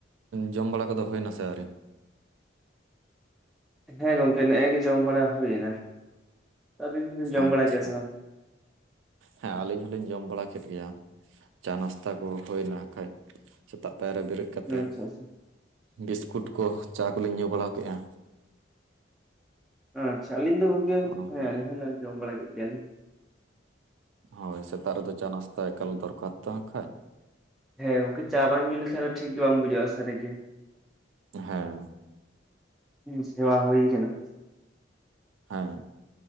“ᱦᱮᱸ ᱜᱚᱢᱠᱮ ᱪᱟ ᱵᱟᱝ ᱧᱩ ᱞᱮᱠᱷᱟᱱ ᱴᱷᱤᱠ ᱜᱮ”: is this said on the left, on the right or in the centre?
Centre